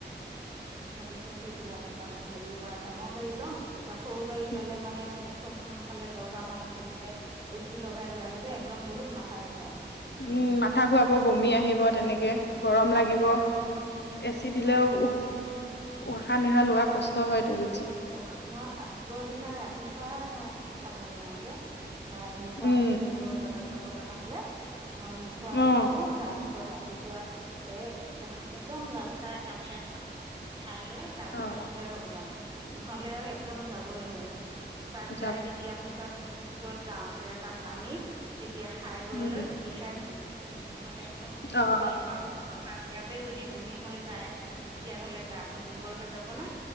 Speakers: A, on the right (about 25°); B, on the left (about 70°).
A: ভাবিছো কি ডাঙৰ হেৰি ডাঙৰ গাড়ী লম এতিয়া সৰু গাড়ী
B: উম,
A: ললে মানে চব মোফালে দৰ্জা মাৰি থৈ দিলে এচি লগাই যায় যে একদম বহুত মাথা ঘূৰাই
B: উম মাথা ঘূৰাব বমি আহিব তেনেকে গৰম লাগিব এচি দিলেও
A: হয়
B: উ উশাহ নিশা লোৱা
A: সেইটো
B: কষ্ট
A: নি-
B: হয়টো
A: হেৰি
B: বেছি
A: অ' মই আগৰ দিনা ৰাতিপুৱাই মই একো খাব নোৱাৰো দেই নাই নোখোৱাকে
B: উম,
A: থাকো দূৰৰ জেগাত যাব লগা হলে মই নোখোৱাকে
B: অ',
A: থাকো তাৰপিছত ৰাতিপুৱা এ একদম লাল চাহ একাপহে খাওঁ খাই লৈ তাক
B: অ',
A: পিছতহে উলাও নহলে একদম যাবই নোৱাৰিম তাত
B: যাম
A: যায় তেতিয়া পিছত যত যাওঁ তেতিয়া তাত নামি তেতিয়া খাই বৈ
B: উম।
A: লৈ তেতিয়াহে ঘূৰো নহলে একদম
B: অ',
A: হেৰি হোৱাৰ তাত ইয়াতে যদি বমি হৈ যায় তেতিয়াহলে গাটো দুৰ্বল হৈ যাব হবনা,